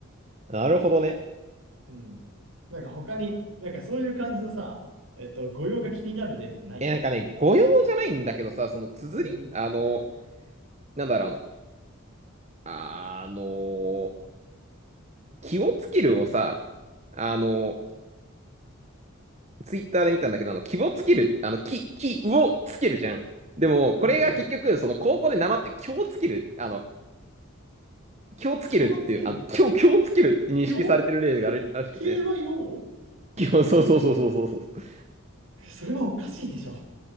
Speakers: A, on the right; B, on the right.
A: なるほどね。
B: うん。なんか他に、なんかそういう感じのさ、えっと、語用が気になる例ってない
A: え、なんかね、誤用じゃないんだけどさ、その綴りあの、
B: うんうん。
A: なんだろう、あの、あの、気をつけるをさ、あの、ツイッターで見たんだけど、あの、気をつける、あの、気、気をつけるじゃん。でも、
B: うん、
A: これが結局、
B: そうだね。
A: その、高校でなまって、気をつける、あの、気をつけるっていう、
B: 気をつける。
A: あの、気を、気をつけるって認識されてる例があるらしくて。
B: よえ気はよ
A: 気を、そうそうそうそうそうそう。
B: <laughs> それはおかしいでしょ。